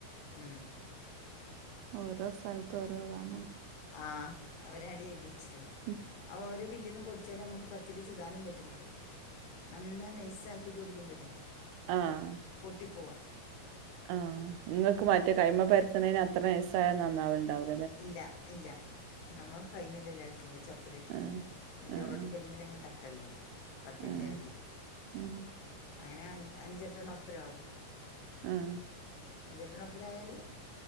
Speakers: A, on the left (about 85°); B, on the right (about 80°).
A: ഉം
B: ഓരോ സൽത്തും ഓരോതാണല്ലൊ
A: ആഹ് അവര് അടി എഴുത്യച്ചിട്ട്ണ്ട്
B: ഉം
A: ആഹ് ഒരു മില്ലിന്ന് പൊടിച്ചെ ഞമക്ക് പത്തിരി ചൂടാനും പറ്റുന്നില്ല നന്നായി നെയസ്സാ ക്കിട്ട് പൊടിക്കുമ്പല്ലേ.
B: ആഹ്
A: പൊട്ടിപ്പോവാ
B: ആഹ്. ഇങ്ങക്ക് മറ്റേ കൈമ പര്ത്ത്ണേന് അത്ര നയ്സായ നന്നാവല്ണ്ടല്ണ്ടാ
A: ഇല്ല ഇല്ല നമ്മ കൈമലെല്ലെ <unintelligible> ചപ്പ ത്തിലിട്ടിട്ട്
B: ആഹ്
A: ഇന്റെ
B: ആഹ്
A: ഒറോട്ടിക്കല് മല്ങ്ങ് തട്ടെല്ലേ പത്തിലിന്റെകല്ലില്
B: ആഹ് ആഹ്
A: അങ്ങനെ അഞ്ചെട്ടെണ്ണം ഒപ്പരാവും
B: ഉം
A: അഞ്ചെട്ടണ്ണം ഒപ്പരായാല്